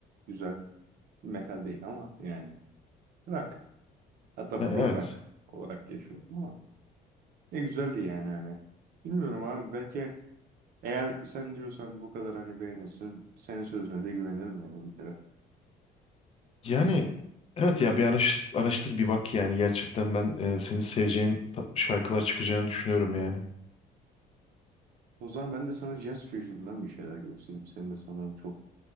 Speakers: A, on the right; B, on the left.
A: güzel. Metal değil ama yani rock. Hatta
B: Ya
A: prog
B: evet.
A: rock olarak geçiyor ama. Ne güzeldi yani hani. Bilmiyorum abi belki eğer sen diyorsan bu kadar hani beğenirsin senin sözüne de güvenirim yani bir kere.
B: Yani evet ya bir araş- araştır bir bak yani gerçekten ben e, senin seveceğin ta- şarkılar çıkacağını düşünüyorum yani.
A: O zaman ben de sana Jazz Fusion'dan bir şeyler göstereyim. Senin de sanırım çok